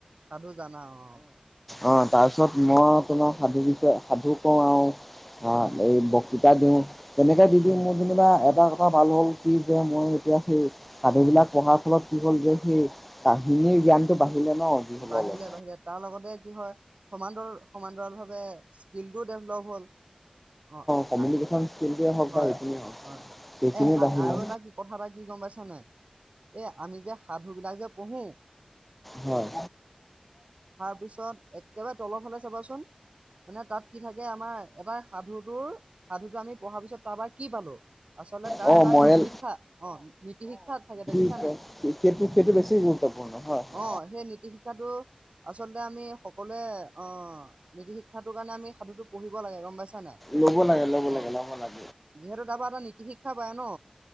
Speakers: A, on the right; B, in the centre.
A: সাধু জানা অ' হয়।
B: অ তাৰপিছত মই তোমাক সাধু বিষয়ে সাধু কওঁ আৰু। হা,
A: হয়,
B: এই বক্তৃতা দিওঁ, তেনেকে দি
A: হয়,
B: দি মোৰ এটা কথা ভাল হ'ল কি যে মই, এতিয়া সেই সাধুবিলাক পঢ়াৰ ফলত কি হ'ল যে সেই কাহিনীৰ জ্ঞানটো বাঢ়িলে ন যি হ'লেও
A: বাঢ়িলে-বাঢ়িলে
B: অলপ।
A: তাৰ লগতে কি হয় সমান্তৰাল, সমান্তৰালভাৱে স্কিলটো ডেভলপ হ'ল, অ'।
B: কমিউনিকেশ্যন স্কিলটোৱেই হওক
A: হয়,
B: বা এইখিনিয়ে হওক,
A: হয়।
B: এইখিনিয়ে
A: এ
B: বাহিলে।
A: আৰু এটা কি কথা এটা কি গম পাইছা নাই, এই আমি যে সাধুবিলাক যে পঢ়োঁ
B: হয়।
A: পিছত একেবাৰে তলৰ ফালে চাবাচোন মানে তাত কি থাকে আমাৰ, এটা সাধুটোৰ, সাধুটো আমি পঢ়াৰ পিছত তাৰপৰা কি পালোঁ, আচলতে তাৰ
B: অ
A: এটা
B: মৰেল
A: নীতি শিক্ষা, অ' নীতি শিক্ষাত থাকে, দেখিছোঁ।
B: টোৱে, ক্ৰিকেটতো সেইটো বেছি গুৰুত্বপূৰ্ণ হয়।
A: অ' সেই নীতি শিক্ষাটো আচলতে আমি সকলোৱে, অ' নীতি শিক্ষাটোৰ কাৰণে আমি সাধুটো পঢ়িব লাগে গম পাইছা নাই
B: ল'ব লাগে, ল'ব
A: অ
B: লাগে, ল'ব লাগে।
A: যিহেতু তাৰপৰা এটা নীতি শিক্ষা পায় ন'।